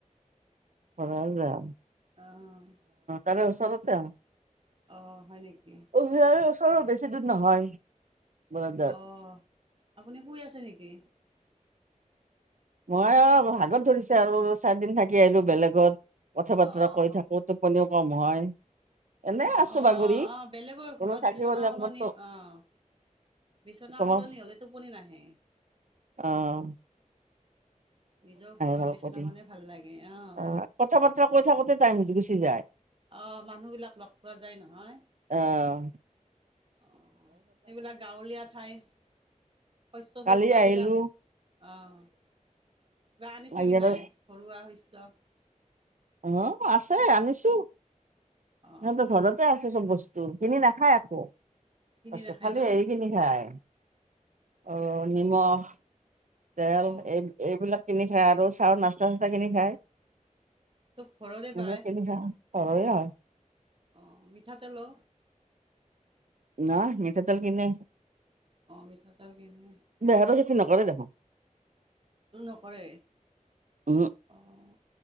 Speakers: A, on the right; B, on the right.
A: <unintelligible> অ',
B: অঁ
A: তাৰে ওচৰতে
B: অ', হয় নেকি?
A: ইয়াৰে ওচৰৰ বেছি দূৰ নহয়। বৰদাত
B: অ', আপুনি শুই আছে নেকি?
A: ময়ো আৰু ভাগৰ ধৰিছে আৰু চাৰিদিন থাকি আহিলোঁ বেলেগত, কথা বতৰা
B: অঁ
A: কৈ থাকোঁ। টোপনিও কম হয়। এনে আছো
B: অ',
A: বাগৰি
B: অ', অ', বেলেগৰ
A: বোলো
B: ঘৰত
A: থাকিবলৈ
B: বিছনা সলনি
A: একবাৰ তো
B: অ'। বিছনা
A: তোমাক
B: সলনি হ'লে টোপনি নাহে।
A: অ'।
B: নিজৰ ঘৰত
A: ভাল
B: বিছনাখনে
A: কৰি
B: ভাল লাগে অ'।
A: আহ কথা বতৰা কৈ থাকোতে টাইম গো-গুচি যায়।
B: অ', মানুহবিলাক লগ পোৱা যায় নহয়।
A: অ'।
B: অ', এইবিলাক গাঁৱলীয়া ঠাই। শস্য,
A: কালি
B: চইস্য এইবিলাক
A: আহিলো
B: অ', কিবা আনিছে
A: আহি
B: কি
A: আৰু
B: নাই? ঘৰুৱা শস্য।
A: অ', আছে আনিছোঁ,
B: অ
A: সিহঁতৰ ঘৰতে আছে চব বচ স্তু, কিনি নাখায় একো শস্য,
B: কিনি নাখায়
A: খালি
B: ন
A: হেৰিখিনি খায়। অ', নিমখ। তেল
B: অ
A: এই, এইবিলাক কিনি খায়, আৰু চাহৰ নাস্তা, চাস্তা কিনি খায়।
B: চব ঘৰৰে
A: এইবিলাক
B: পায়
A: কিনি খায় আৰু ঘৰৰে হয়।
B: অ', মিঠাতেলো?
A: নাই, মিঠাতেল কিনে।
B: অ', মিঠাতেল কিনে।
A: <unintelligible> খেতি নকৰে দেখোন।
B: সেইটো নকৰে
A: উহু
B: অহ।